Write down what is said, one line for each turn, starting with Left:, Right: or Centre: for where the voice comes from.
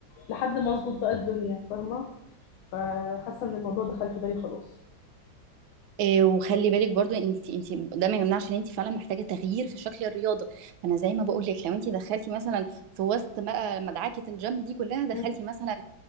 Left: لحد ما اظبط بقى الدنيا فاهمة فحاسة ان الموضوع دخل في بالي خلاص
Right: آه، وخلي بالك برضو انت انت ده ما يمنعش ان انت فعلا محتاجه تغيير في شكل الرياضه فانا زي ما بقول لك لو انت دخلتي مثلا في وسط بقى مدعكه الجيم دي كلها دخلتي
Left: مم.
Right: مثلا